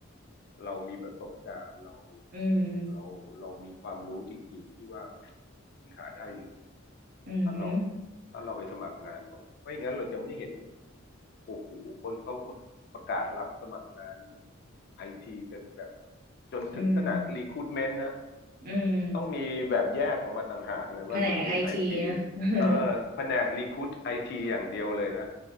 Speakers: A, on the left; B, on the right.
A: เรามีประสบการณ์เรา
B: อืม
A: เราเรามีความรู้จริงๆที่ว่าปัญหาได้อยู่แล้วนะ
B: อืม
A: ถ้าเราถ้าเราไปสมัครงานนะไม่อย่างนั้นเราจะไม่เห็นโอ้โหคนเขาประกาศรับสมัครงานไอทีกันแบบจนถึงขนาดรีคู
B: อืม
A: i เมน t นะ
B: อืม
A: ต้องมีแบบแยกออกมาต่างหากเลยว่า
B: แผนกไอทีนะ
A: Recruit ไอที
B: <laughs> เออ
A: เออแผนก Recruit ไอทีอย่างเดียวเลยนะ